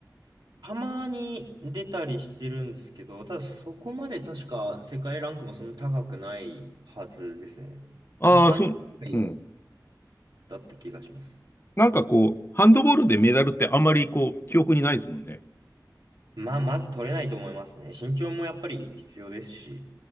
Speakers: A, on the right; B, on the left.
A: たまに出たりしてるんですけど、ただそこまで確か世界ランクもそんな高くないはずですね。
B: ああー、
A: 多分30位ぐらい
B: そう、うん。
A: だった気がします。
B: なんかこう、ハンドボールでメダルってあんまりこう、記憶にないですもんね。
A: まあ、まず取れないと思いますね。身長もやっぱり必要ですし。